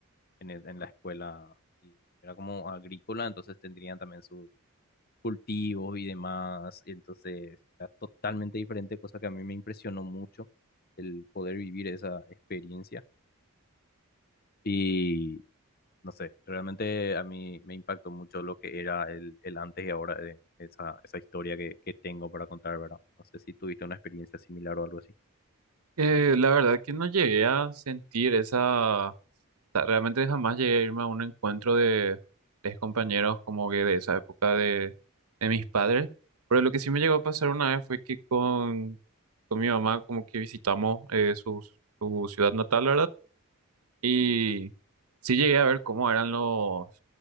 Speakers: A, on the left (about 40°); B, on the right (about 80°).
A: en, es- en la escuela. Y era como agrícola, entonces tendrían también sus cultivos y demás. Entonces, era totalmente diferente, cosa que a mí me impresionó mucho el poder vivir esa experiencia. Y no sé, realmente a mí me impactó mucho lo que era el, el antes y ahora de esa, esa historia que, que tengo para contar, ¿verdad? No sé si tuviste una experiencia similar o algo así.
B: Eh, la verdad que no llegué a sentir esa sea, realmente jamás llegué a irme a un encuentro de, tres compañeros como que de esa época de, de mis padres. Pero lo que sí me llegó a pasar una vez fue que con, con mi mamá como que visitamos eh, su, su ciudad natal, ¿verdad? Y sí llegué a ver cómo eran los,